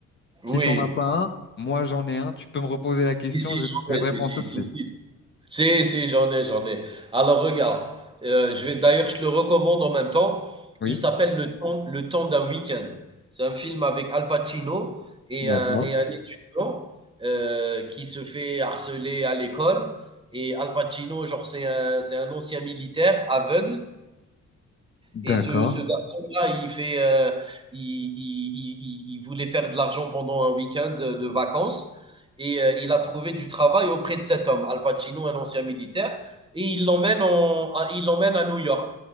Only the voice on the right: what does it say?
oui.
Si, si,
j'en
ai,
si,
si,
si,
si, Si, si, j'en ai, j'en ai. Alors regarde, euh, je vais d'ailleurs, je te le recommande en même temps.
Il s'appelle Le temps, Le temps d'un week-end. C'est un film avec Al Pacino et
un, et un étudiant euh, qui se fait harceler à l'école. Et Al Pacino, genre, c'est un, c'est un ancien militaire aveugle et
ce, ce garçon-là, il, fait, euh, il, il- il- il voulait faire de l'argent pendant un week-end de de vacances et euh, il a trouvé du travail auprès de cet homme, Al Pacino, un ancien militaire, et il l'emmène en- il l'emmène à New York.